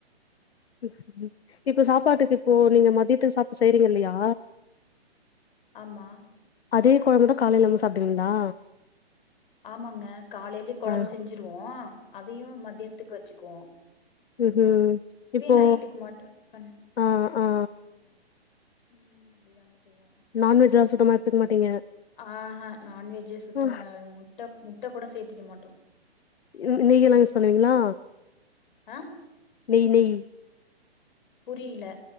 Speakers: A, on the left; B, on the left.
A: செர் செரி இப்ப சாப்பாட்டுக்கு இப்போ நீங்க மதியத்துக்கு சாப்டு செய்றீங்க இல்லையா
B: ஆமா
A: அதே கொழம்புதா காலையிலவு சாப்டுவீங்களா
B: ஆமாங்க காலையிலயே கொழம்பு
A: ஆ ஆ
B: செஞ்சுருவோ அதையு மத்தியத்துக்கு வெச்சுக்குவோ
A: இது இப்போ
B: நைட்டுக்கு மட்டு டிஃபன்
A: ஆ ஆ ஆ
B: ம் அப்டிதாங்க செய்வோ
A: நான்வெஜ்லா சுத்தமா எத்துக்க மாட்டீங்க
B: ஆஹா நான்வெஜ்ஜே சுத்தமா
A: அ
B: முட்ட முட்ட கூட சேத்திக்க மாட்டோ
A: யு நெய் யெலா யூஸ் பண்ணுவீங்களா
B: அ
A: நெய் நெய்
B: புரியல